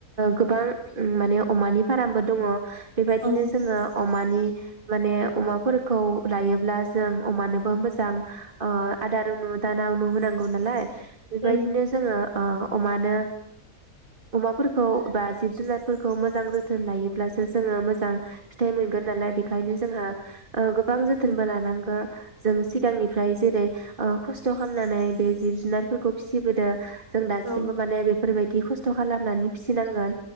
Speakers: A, on the right; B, on the right.
A: गोबां उम माने अमानि फारामबो दङ बेबायदिनो
B: औ
A: जोङो अमानि माने अमाफोरखौ लायोब्ला जों अमानोबो मोजां ओ आदार नु दाना नु होनांगौ नालाय बेबायदिनो
B: उम
A: ओ ओ अमानो अमाफोरखौ बा जिब जुनारफोरखौ मोजां जोथोन लायोब्लासो जोङो मोजां फिथाइ मोनगोन नालाय बेखायनो जोंहा ओ गोबां जोथोनबो लानांगो जों सिगांनिफ्राय जेरै ओ खस्थ खामनानै बे जिब जुनारफोरखौ फिसिबोदों जों दासिमबो
B: औ
A: माने बेफोरबायदि खस्थ खालामनानै फिसिनांगोन